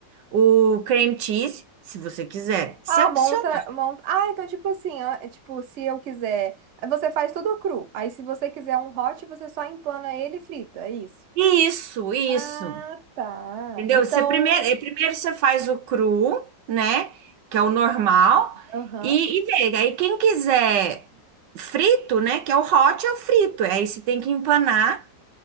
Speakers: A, on the right; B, on the right.
A: o cream cheese, se você quiser. Isso
B: Ah,
A: é opcional.
B: monta, monta. Ah, então tipo assim, ah, é tipo, se eu quiser, você faz tudo cru. Aí se você quiser um hot, você só empana ele e frita, é isso.
A: Isso, isso.
B: Ah, tá.
A: Entendeu?
B: Então,
A: Você primeiro, eh, primeiro você faz o cru, né? Que é o normal,
B: aham.
A: e, e vê. Aí quem quiser frito, né? Que é o hot, é o frito. Aí você tem que empanar